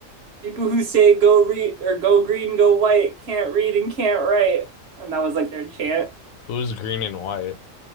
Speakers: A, on the right; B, on the left.
A: people who say go read or go green, go white can't read and can't write," and that was like their chant.
B: Who's green and white?